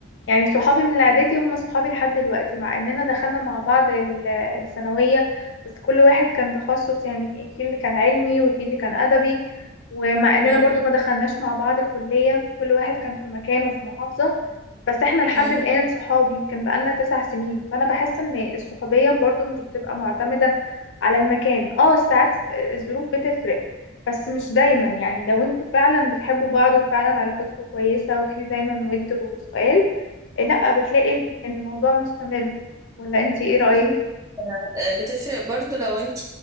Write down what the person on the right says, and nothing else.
م-
م-
م- آه، بتفرق برضو لو انت